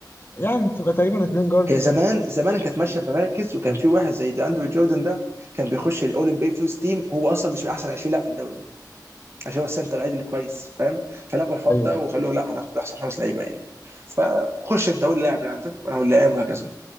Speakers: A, on the left; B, on the right.
A: يعني تبقى تقريبا اتنين جارد
B: هي
A: واتنين
B: زمان
A: فورورد
B: زمان كانت ماشيه
A: و-
B: بمراكز وكان
A: مم.
B: في واحد زي دي اندرو جوردن ده كان بيخش الاولمبي بي فيرست تيم هو اصلا مش من احسن 20 لاعب في الدوري عشان هو السنتر العادي اللي كويس فاهم فلغوا الحوار
A: ايوه
B: ده
A: أيوه.
B: وخلوه لا هناخد احسن خمس لعيبه يعني فخش انت قول اللاعب اللي عندك وانا اقول اللاعب وهكذا